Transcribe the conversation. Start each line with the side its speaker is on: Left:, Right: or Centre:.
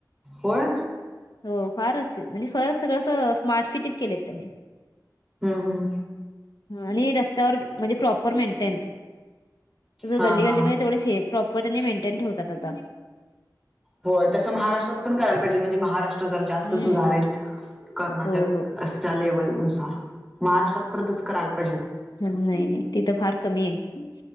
Centre: होय?
Left: हो. फार असते. म्हणजे खर सगळं अस स्मार्ट सिटी- येत त्यांनी.
Centre: हम्म हम्म.
Left: आणि रस्त्यावर त्यांनी म्हणजे प्रॉप - प्रॉपर मेंटेन. ज
Centre: हां
Left: गल्ली
Centre: हां.
Left: गल्लीमध्ये ते प्रॉपर त्यांनी मेंटेन ठेवतात आता.
Centre: होय. तस महाराष्ट्रात पण करायला पाहिजे म्हणजे महाराष्ट्र- जरा जास्त
Left: हम्म
Centre: सुधारेल. कर्नाटकच्या
Left: हो हो
Centre: लेवल नुसार. महाराष्ट्रात खरं तसं करायला पायजे होत.
Left: हं. नाही नाही तिथ फार कमी आहे.